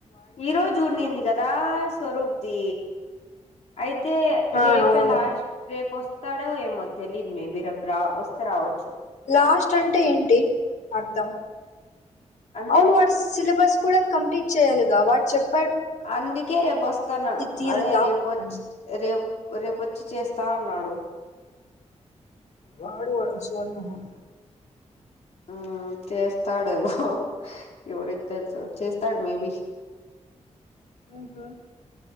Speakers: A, on the left; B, on the left.
A: ఈ రోజు ఉండింది కదా స్వరూప్ది అయి తే
B: ఆ
A: రేపు
B: అవును
A: లాస్ట్ రేప వస్త తడో ఏమో తెలీదు మే బి రేపురా వస్తే రావచ్చు
B: లాస్ట్ అంటే ఏంటి అర్థం
A: అంటే
B: అవును వాడు సిలబస్ కూడా కంప్లీట్ చేయాలిగా వాడ్ చెప్
A: అందుకే రేపు వస్తాను
B: తీరుతా
A: అదే రేపు వచ్చి
B: అని
A: రేపు రేపొచ్చి చేస్తా అన్నాడు,
B: వాడు వాడొ సోది మోహం
A: హ్మ్ చేస్తాడే బ ఎవరి తెలుసు చేస్తాడు మేబీ
B: ఊహు